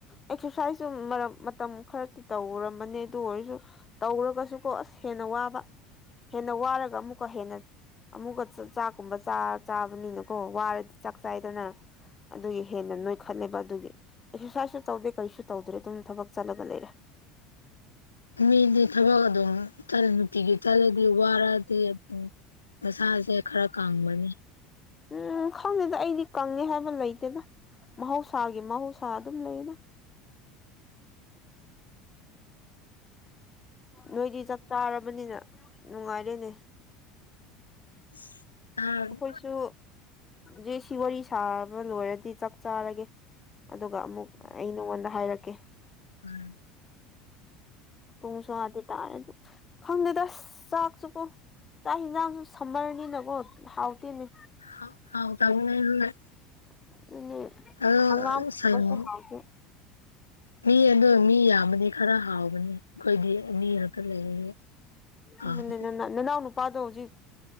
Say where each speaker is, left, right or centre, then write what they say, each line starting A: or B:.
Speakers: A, on the left (about 25°); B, on the left (about 80°).
A: ꯑꯦꯛꯁꯔꯁꯥꯏꯖꯁꯨ ꯃꯔꯛ ꯃꯇꯝ ꯈꯔꯗꯤ ꯇꯧꯔꯕꯅꯤ ꯑꯗꯨ ꯑꯣꯏꯔꯁꯨ ꯇꯧꯔꯒꯁꯨ ꯀꯣ ꯑꯁ ꯍꯦꯟꯅ ꯋꯥꯕ ꯍꯦꯟꯅ ꯋꯥꯔꯒ ꯑꯃꯨꯛꯀ ꯍꯦꯟꯅ ꯑꯃꯨꯛꯀ ꯆꯥꯛꯀꯨꯝꯕ ꯆꯥ ꯆꯥꯕꯅꯤꯅ ꯀꯣ ꯋꯥꯔꯗꯤ ꯆꯥꯛ ꯆꯥꯏꯗꯅ ꯑꯗꯨꯒꯤ ꯍꯦꯟꯅ ꯅꯣꯏꯈꯠꯂꯦꯕ ꯑꯗꯨꯒꯤ ꯑꯦꯛꯁꯔꯁꯥꯏꯁꯁꯨ ꯇꯧꯗꯦ ꯀꯩꯁꯨ ꯇꯧꯗ꯭ꯔꯦ ꯑꯗꯨꯝ ꯊꯕꯛ ꯆꯠꯂꯒ ꯂꯩꯔꯦ
B: ꯃꯤꯗꯤ ꯊꯕꯛ ꯑꯗꯨꯝ ꯆꯠ ꯅꯨꯇꯤꯒꯤ ꯆꯠꯂꯗꯤ ꯋꯥꯔꯗꯤ ꯑꯗꯨꯝ ꯃꯁꯥꯁꯦ ꯈꯔ ꯀꯪꯕꯅꯤ
A: ꯎꯝ ꯈꯪꯗꯦꯗ ꯑꯩꯗꯤ ꯀꯪꯉꯦ ꯍꯥꯏꯕ ꯂꯩꯇꯦꯗ ꯃꯍꯧꯁꯥꯒꯤ ꯃꯍꯧꯁꯥ ꯑꯗꯨꯝ ꯂꯩꯌꯦꯗ꯫ ꯅꯣꯏꯗꯤ ꯆꯥꯛ ꯆꯥꯔꯕꯅꯤꯅ ꯅꯨꯡꯉꯥꯏꯔꯦꯅꯦ꯫
B: <unintelligible>
A: ꯑꯩꯈꯣꯏꯁꯨ ꯖꯦꯁꯤ ꯋꯥꯔꯤ ꯁꯥꯕ ꯂꯣꯏꯔꯗꯤ ꯆꯥꯛ ꯆꯥꯔꯒꯦ꯫ ꯑꯗꯨꯒ ꯑꯃꯨꯛ ꯑꯩ ꯅꯉꯣꯟꯗ ꯍꯥꯏꯔꯛꯀꯦ꯫
B: ꯎꯝ
A: ꯄꯨꯡꯁꯨ <unintelligible> ꯇꯔꯦꯗꯨ꯫ ꯈꯪꯗꯦꯗ ꯆꯥꯛꯁꯨꯀꯣ ꯆꯥꯛ ꯍꯦꯟꯖꯥꯡꯁꯨ ꯁꯝꯃꯔꯅꯤꯅꯀꯣ ꯍꯥꯎꯇꯦꯅꯦ꯫
B: <unintelligible>
A: ꯑꯗꯨꯅꯦ꯫
B: <unintelligible>
A: ꯍꯪꯒꯥꯝꯒꯨꯝꯕꯁꯨ ꯍꯥꯎꯇꯦ
B: ꯃꯤ ꯑꯗꯨ ꯃꯤ ꯌꯥꯝ ꯑꯃꯗꯤ ꯈꯔ ꯍꯥꯎꯕꯅꯤ ꯑꯩꯈꯣꯏꯗꯤ ꯑꯅꯤ ꯈꯛꯇ ꯂꯩꯔꯤꯅꯤ ꯍꯥꯎꯗꯦ
A: ꯑꯗꯨꯅꯦ ꯅꯅꯥꯎ ꯅꯨꯄꯥꯗꯣ ꯍꯧꯖꯤꯛ